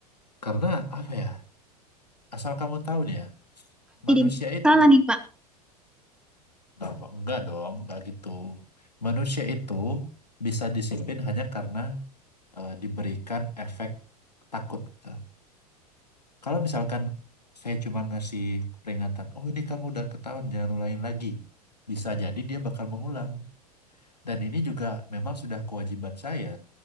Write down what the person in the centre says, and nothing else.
Jadi
salah nih Pak.